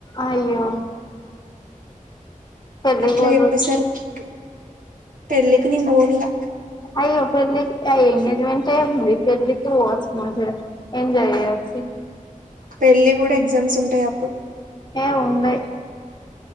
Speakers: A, on the left (about 30°); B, on the right (about 75°).
A: అయ్యో పెళ్లిక్
B: అట్లా
A: పొదువు
B: చెప్పేసరికి పెళ్ళికి నేనపోనిగా
A: అయ్యే పెళ్లికి ఎంగేజమెంట్ ఏ మరీ పెళ్ళికి వోచ్చు మంచిగ ఎంజాయ్ జేయేచ్
B: పెళ్లి గుడ ఎగ్జామ్స్ ఉంటయప్పుడు
A: ఏ ఉండయ్